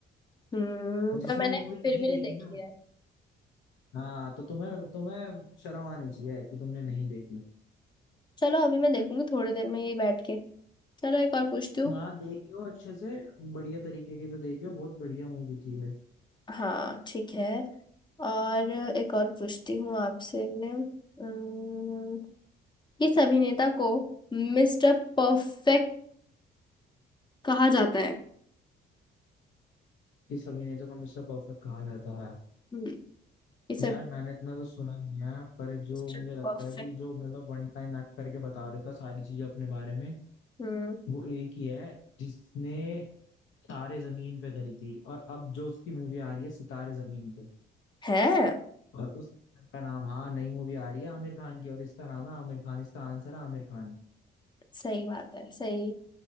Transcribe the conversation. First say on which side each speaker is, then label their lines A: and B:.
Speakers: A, on the left; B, on the left.
A: हम्म
B: और
A: पर
B: जिसने
A: मैंने
B: ये मूवी
A: फिर
B: नहीं
A: भी
B: देखी
A: नहीं देखी
B: ना
A: है
B: हाँ तो तुम्हें तुम्हें शर्म आनी चाहिए कि तुमने नहीं देखी
A: चलो अभी मैं देखूंगी थोड़ी देर में यही बैठ के चलो एक और पूछती हूँ
B: हाँ देखी हो अच्छे से बढ़िया तरीके की तो देखी हो बहुत बढ़िया मूवी थी ये
A: हाँ ठीक है और एक और पूछती हूँ आपसे उम्म, किस अभिनेता को मिस्टर परफेक्ट कहा जाता है
B: इस अभिनेता को मिस्टर परफेक्ट कहा जाता है
A: हम्म इस
B: यार
A: अब-
B: मैंने इतना तो सुना नहीं है पर जो
A: मिस्टर
B: मुझे लगता
A: परफेक्ट
B: है कि जो मतलब वन टाइम एक्ट करके बता देता सारी चीजें अपने बारे में
A: हम्म
B: वो एक ही है जिसने तारे जमीन पे करी थी और अब जो उसकी मूवी आ रही है सितारे जमीन पे
A: है
B: और उस एक्टर का नाम हाँ नई मूवी आ रही है आमिर खान की और इसका नाम है आमिर खान इसका आंसर है आमिर खान
A: सही बात है सही